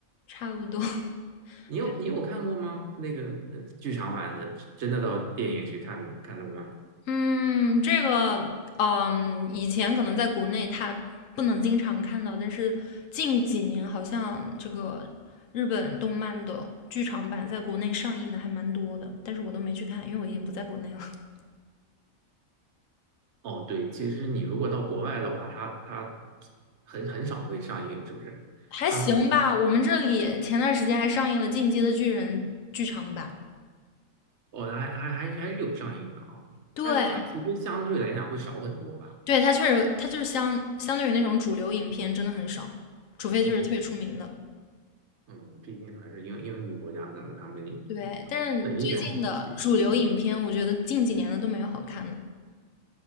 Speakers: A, on the left; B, on the right.
A: 差不多，<laughs>
B: 你有你有看过吗？
A: 对。
B: 那个呃剧场版的，真的到电影去看看动漫？
A: 嗯，这个，嗯，以前可能在国内它不能经常看到，但是近几年好像这个日本动漫的剧场版在国内上映的还蛮多的，但是我都没去看，因为我已经不在国内了。<laughs>
B: 哦，对，其实你如果到国外的话，它它很很少会上映，是不是？
A: 还行吧，
B: 他们不
A: 我们这里前段时间还上映了《进击的巨人》剧场版。
B: 哦，还还还是还是有上映的啊，
A: 对，
B: 但是它其实相对来讲会少很多吧？
A: 对，它确实，它就是相相对于那种主流影片真的很少，除非就是特别出名的。
B: 嗯嗯，毕竟还是英英语国家，可能他们也是本地人可能不喜欢这个。
A: 对，但是最近的主流影片，我觉得近几年的都没有好看的。